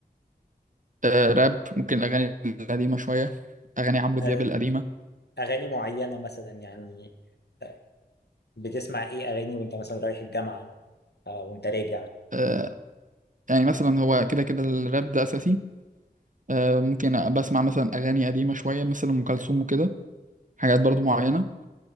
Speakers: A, on the right; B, on the left.
A: آه... راب ممكن الاغاني القديمه شويه اغاني عمرو دياب
B: آه،
A: القديمه
B: اغاني معينة مثلا يعني آه، بتسمع ايه اغاني وانت مثلا رايح الجامعة آه وانت راجع
A: آه، يعني مثلا هو كده كده الراب ده اساسي آه، ممكن بسمع مثلا اغاني قديمه شويه مثلا ام كلثوم وكده حاجات برضو معينه